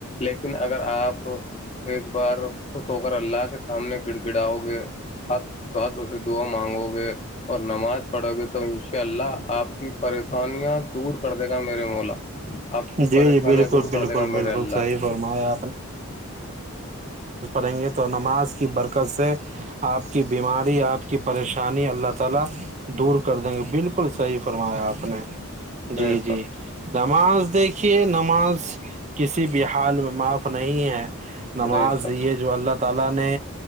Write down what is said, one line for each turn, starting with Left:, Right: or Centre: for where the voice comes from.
Left: لیکن اگر آپ ایک بار خوش ہو کر اللہ کے سامنے گڑ گراؤ گے ہاتھ ہاتھوں سے دواں مانگو گے اور نماز پڑھو گے تو ان شاء اللہ آپ کی پریشانیاں دور کر دے گا میرے مولا آپ کی
Right: جی
Left: پریشانیاں
Right: جی بالکل
Left: دور
Right: بالکل
Left: کر دے گا
Right: بالکل
Left: میرے اللہ
Right: صحیح فرمایا نہیں ہے تو نماز کی برکت سے اپ کی بیماری اپ کی پریشانی اللہ تعالی فرمایا اپ نے
Left: بے
Right: جی جی
Left: شک
Right: نماز دیکھیے نماز کسی بھی حال میں معاف نہیں ہے نماز
Left: بے شک
Right: دی جو اللہ اللہ نے